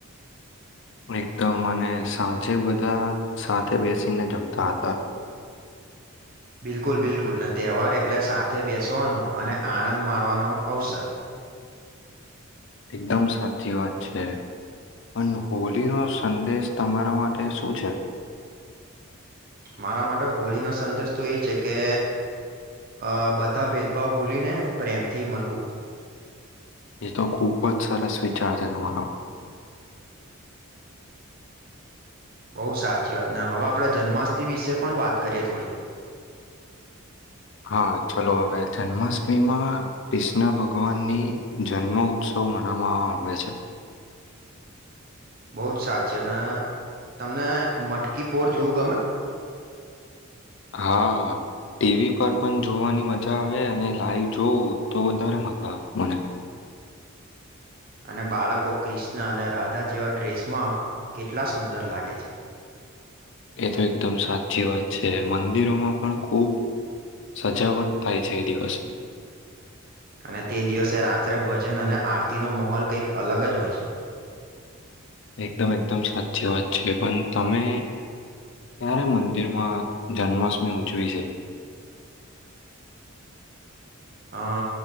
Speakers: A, on the left; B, on the right.
A: <inaudible> એકદમ અને સાંજે બધા સાથે બેસીને જમતા હતા
B: બિલકુલ બિલકુલ તહેવાર એટલે સાથે બેસવાનું અને આનંદ માણવાનો અવસર
A: એકદમ સાચી વાત છે પણ હોલીનો સંદેશ તમારા માટે શું છે
B: મારા માટે હોળીનોો સંદેશ તો એ છે કે અ બધા ભેદભાવ ભૂલીને પ્રેમથી મળવું
A: એ તો ખૂબ જ સરસ વિચાર છે તમારો
B: બહુ સાચી વાત ને હવે આપણે જન્માષ્ટમ વિશે પણ વાત કરીએ થોડી
A: <inaudible> હા ચલો હવે જન્માષ્ટમીમાં કૃષ્ણ ભગવાનની જન્મ ઉત્સવ બ મરામાં આવે છે
B: બહુ જ સાચી અને તમને મટકી ફોર જોવું ગમે
A: હા ટીવી પર પણ જોવાની મજા આવે અને લાઈવ જોવું તો વધારે મજા આવે મને
B: અને બાળકો ક્રિષ્ણ અને રાધા જેવા ડ્રેસમાં કેટલા સુંદર લાગે છે
A: એ તો એકદમ સાચી વાત છે મંદિરોમાં પણ ખુબ સજાવટ થાય છે એ દિવસે
B: અને તે દિવસે રાત્રે ભજન અને આરતીનો માહોલ કંઈક અલગ જ હોય છે
A: <inaudible> એકદમ એકદમ સાચી વાત છે પણ તમે ક્યારે મંદિર મંદિરમાં જન્માષ્ટમી ઉજવી છે
B: અ